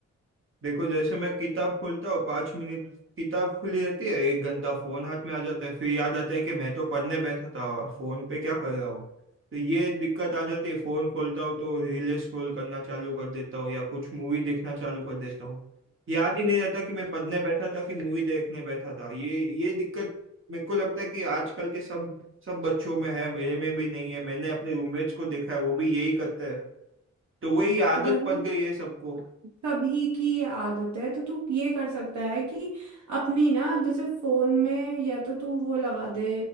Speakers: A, on the right; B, on the right.
A: देखो जैसे मैं किताब खोलता हूँ पांच मिनट किताब खुली रहती है एक घंटा फोन हाथ में आ जाता है फिर याद आता है कि मैं तो पढ़ने बैठा था फोन पे क्या कर रहा हूँ तो ये दिक्कत आ जाती है फोन खोलता हूँ तो रील स्क्रॉल करना चालू कर देता हूँ या कुछ मूवी देखना चालू कर देता हूँ याद ही नहीं रहता कि मैं पढ़ने बैठा था कि मूवी देखने बैठा था ये ये दिक्कत मेरे को लगता है कि आजकल के सब सब बच्चों में है मेरे में भी नहीं है मैंने अपने रूममेट्स को देखा है वो भी यही करता है तो वही आदत
B: वही
A: पड़ गई है सबको
B: सभी की ये आदत है तो तू ये कर सकता है कि अपनी ना जैसे फोन में या तो तू वो लगा दे